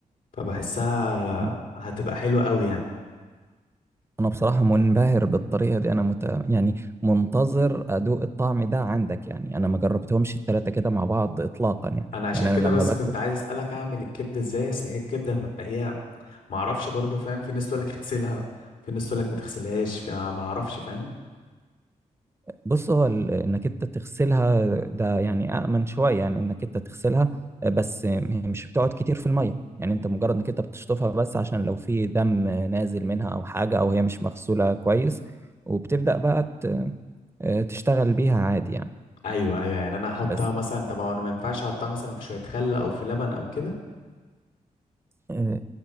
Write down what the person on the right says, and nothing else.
أنا
أنا بصراحة منبهر بالطريقة دي أنا مت... يعني منتظر أدوق الطعم ده عندك يعني أنا ما جربتهمش التلاتة كده مع بعض إطلاقا يعني
يعني
أنا لما
باكل
بص هو ال- انك انت تغسلها ده يعني امن شويه يعني انك انت تغسلها بس هي مش بتقعد كتير في الميه يعني انت مجرد انك انت بتشطفها بس عشان لو في دم نازل منها او حاجه او هي مش مغسوله كويس وبتبدا بقى ت- تشتغل بيها عادي يعني
بس
آه،